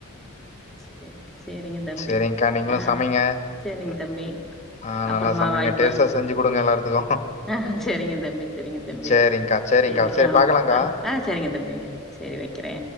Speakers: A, in the centre; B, on the left (about 30°).
A: செ சேரிங்க தம்பி
B: சேரிங்க்கா நீங்களு
A: ஆ
B: சமைங்க
A: சேரிங்க தம்பி
B: ஆ
A: அப்பறமா
B: நல்லா சமைங்க
A: வாய்ப்பு
B: டேஸ்ட்டா செஞ்சு குடுங்க எல்லாருத்துக்கு
A: ஆஹ் செரிங்க தம்பி செரிங்க தம்பி
B: சேரிங்க்கா சேரிங்க்கா
A: சேரி ஆ
B: பாக்கலாங்கா
A: ஆஹ் ஆஹ் சேரிங்க தம்பி சேரி வக்கிறே